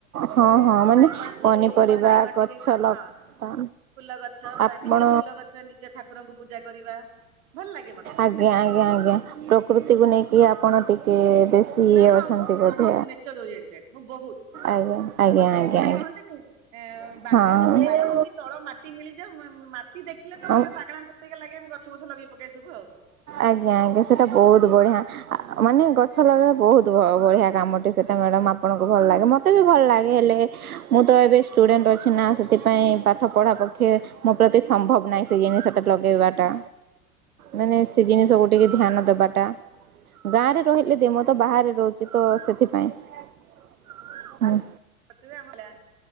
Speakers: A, on the right; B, on the right.
A: ହଁ
B: ଏ
A: ହଁ ମାନେ
B: ବାଇଗଣ ଟିଏ
A: ପନିପରିବା
B: ହେଇଥିବ ବାଇଗଣ
A: ଗଛ
B: ଟିକେ ହେଇଥିବ
A: ଲତା
B: ହଁ ଫୁଲ ଗଛ
A: ଆପଣ
B: ବା ନିଜ ଫୁଲ ଗଛ ନିଜ ଠାକୁରଙ୍କୁ ପୂଜା କରିବା। ଭଲ ଲାଗେ ମତେ ଟିକେ
A: ଆଜ୍ଞା ଆଜ୍ଞା ଆଜ୍ଞା ପ୍ରକୃତିକୁ ନେଇକି ଆ ଆପଣ ଟିକେ। ବେଶୀ
B: ନା
A: ଇଏ
B: ହଁ
A: ଅଛନ୍ତି
B: ମୁଁ
A: ବୋଧେ
B: ବହୁତ ନେଚର ଓରିଏଣ୍ଟେଡ ମୁଁ ବହୁତ
A: ଆଜ୍ଞା ଆଜ୍ଞା
B: ମତେ
A: ଆଜ୍ଞା
B: ମାନେ କହନ୍ତିନି
A: ଆଜ୍ଞା
B: ବାଲକୁନି ମିଳିଯାଉ କି ତଳ ମାଟି ମିଳିଯାଉ ମାଟି ଦେଖିଲେ ତ
A: ହଁ
B: ମତେ ପାଗେଳାଙ୍କ ପରିକା ଲାଗେ। ଗଛ ପଛ ଲଗେଇ ପକାଏ ସବୁ ଆଉ।
A: ଆଜ୍ଞା ଆଜ୍ଞା ସେଇଟା ବହୁତ ବଢ଼ିଆ ମାନେ ଗଛ ଲଗେଇବା ବହୁତ ବଢ଼ିଆ କାମଟି ସେଇଟା ମ୍ୟାଡ଼ାମ୍ ଆପଣଙ୍କୁ ଭଲ ଲାଗେ ମୋତେ ବି ଭଲ ଲାଗେ ହେଲେ ମୁଁ ତ ଏବେ ଷ୍ଟୁଡେଣ୍ଟ ଅଛି ନା ସେଥିପାଇଁ ପାଠ ପଢ଼ା ପକ୍ଷେ ମୋ ପ୍ରତି ସମ୍ଭବ ନାହିଁ ସେ ଜିନିଷଟା ଲଗେଇବାଟା। ମାନେ ସେ ଜିନିଷକୁ ଟିକେ ଧ୍ୟାନ ଦେବାଟା ଗାଁରେ ରହିଲେ ଦେମ ତ ବାହାରେ ରହୁଛି। ତ ସେଥିପାଇଁ ହୁଁ।
B: ଗଛ ଭି ଆମର ଥିଲା